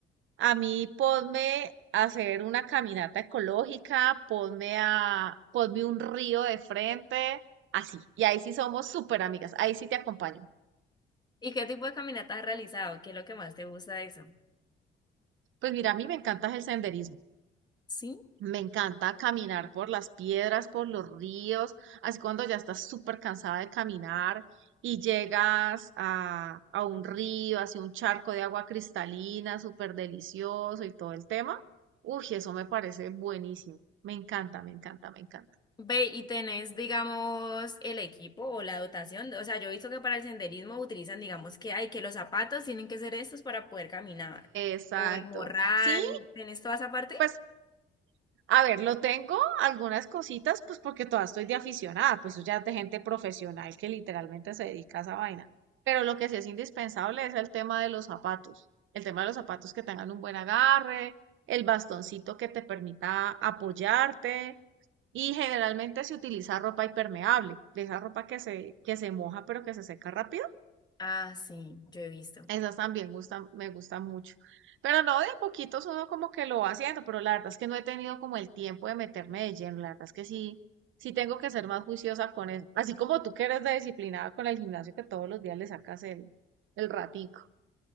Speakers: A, on the right; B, on the left.
A: A mí, ponme a hacer una caminata ecológica, ponme a, ponme un río de frente, así. Y ahí sí somos súper amigas. Ahí sí te acompaño.
B: ¿Y qué tipo de caminatas has realizado? ¿Qué es lo que más te gusta de eso?
A: Pues mira, a mí me encanta es el senderismo.
B: Sí.
A: Me encanta caminar por las piedras, por los ríos, así cuando ya estás súper cansada de caminar y llegas a, a un río, hacia un charco de agua cristalina, súper delicioso y todo el tema. Uy, eso me parece buenísimo. Me encanta, me encanta, me encanta.
B: Ve, y tenés, digamos, el equipo o la dotación. O sea, yo he visto que para el senderismo utilizan, digamos, que hay que los zapatos tienen que ser estos para poder caminar.
A: Exacto.
B: O el morral,
A: Sí,
B: ¿tenés toda esa parte?
A: pues A ver, lo tengo algunas cositas, pues porque todavía estoy de aficionada, pues eso ya es de gente profesional que literalmente se dedica a esa vaina. Pero lo que sí es indispensable es el tema de los zapatos. El tema de los zapatos que tengan un buen agarre, el bastoncito que te permita apoyarte y generalmente se utiliza ropa impermeable, de esa ropa que se, que se moja pero que se seca rápido.
B: Ah, sí, yo he visto.
A: Esas también gustan, me gustan mucho. Pero no, de a poquitos uno como que lo va haciendo, pero la verdad es que no he tenido como el tiempo de meterme de lleno. La verdad es que sí, sí tengo que ser más juiciosa con eso. Así como tú que eres de disciplinada con el gimnasio que todos los días le sacas el, el ratico.